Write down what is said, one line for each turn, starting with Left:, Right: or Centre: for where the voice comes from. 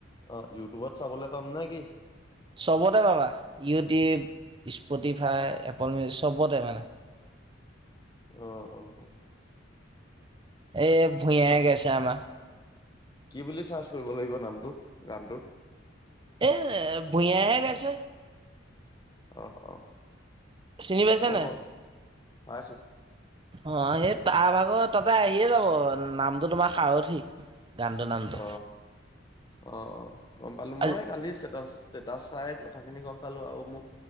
Left: অ ইউটিউবত চাবলৈ পাম নে কি?
Right: চবতে পাবা। ইউটিউব, স্পটিফাই, এপল মিউজিক, চবতে মানে।
Left: অ অ অ।
Right: এই ভূঞাই
Left: চাব
Right: গাইছে আমাৰ।
Left: কি বুলি চাৰ্চ কৰিব লাগিব নামটোক গানটোৰ?
Right: এ ভূঞাহে গাইছে।
Left: অ অ
Right: চিনি পাইছা
Left: হব
Right: নাই?
Left: ব ভ আছো।
Right: অ সেই তাৰ ভাগৰ তাতে আহিয়ে যাব, নামটো তোমাৰ সাৰথি। গানটোৰ নামটো
Left: অ অ অ গম পালো।
Right: আজি
Left: মই কালি চটা- তে তাত চাই কথা খিনি গম পালো আৰু মোক